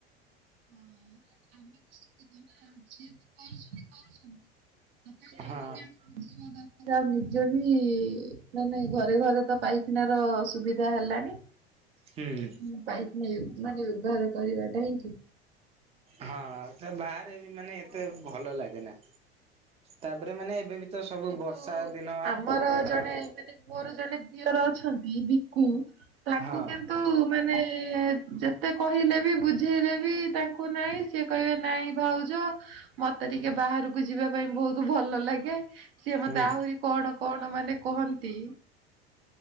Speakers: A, on the right; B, on the right.
A: ହଁ ଆମେ ତ ଶିଖିୁ ନା ଯିଏ ତ କରୁଛନ୍ତିୁ କରୁଛନ୍ତିଥା ତା <unintelligible>
B: ହଁ
A: ବଝିବା ଦରକାର ଆଉ ନିଜ ବି ନ ନାଇଁ ଘରେ ଘରେ ତ ପାଇଖାନାର ସୁବିଧା ହେଲାଣି।
B: ହୁଁ।
A: ମୁଁ ପାଇକ ନାହିଁ ମାନେ ବ୍ୟବହାର କରିବାଟାହିଁ ଠିକ।
B: ହଁ ବାହାରେ ବି ମାନେ ଏତେ ଭଲ ଲାଗେ ନା। ତାପରେ ମାନେ ଏବେ ବି ତ ସବୁ
A: କିନ୍ତୁ
B: ବର୍ଷା ଦିନ ହେଲାଣି
A: ଆମର ଜଣେ ମାନେ ମୋର ଜଣେ ଝିଅର ଅଛନ୍ତି ଭକୁ ତାଙ୍କୁ
B: ହଁ
A: କିନ୍ତୁ ମାନେ ଯେତେ କହିଲେ ବି ବୁଝେଇଲେ ବି ତାଙ୍କୁ ନାଇଁ ସିଏ କହିବେ ନାଇଁ ଭାଉଜ ମତେ ଟିକେ ବାହାରକୁ ଯିବା ପାଇଁ ବହୁତ ଭଲ ଲାଗେ ସିଏ ମତେ
B: ହୁଁ
A: ଆହୁରି କଣ କଣ ମାନେ କହନ୍ତି